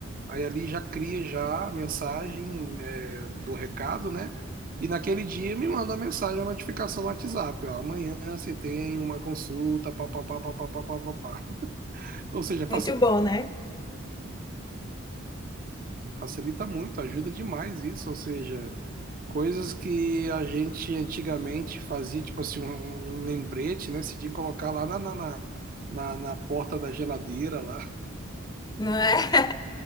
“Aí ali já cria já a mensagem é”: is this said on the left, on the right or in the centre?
Right